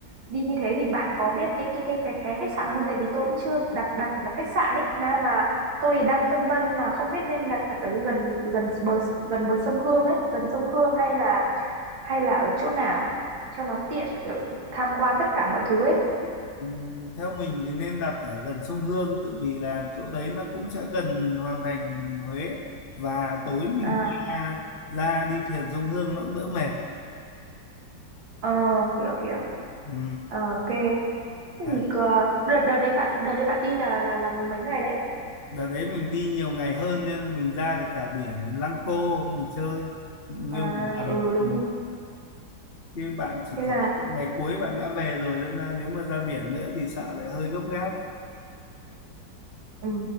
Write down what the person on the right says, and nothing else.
đi như thế thì bạn có biết cái cái cái cái cái khách sạn nào không? Tại vì tôi cũng chưa đặt đặt đặt khách sạn ấy mà mà tôi đang phân vân là không biết nên đặt ở cái gần gần bờ gần bờ sông Hương ấy, gần sông Hương hay là hay là ở chỗ nào để cho nó tiện kiểu tham quan tất cả mọi thứ ấy.
À,
ờ, hiểu hiểu.
Ờ, ok. Thế
thì cờ- đợt đợt đấy bạn đợt đấy bạn đi là là là mấy ngày đấy?
À,
ừ đúng.
rồi.
Thế
là
Ừ.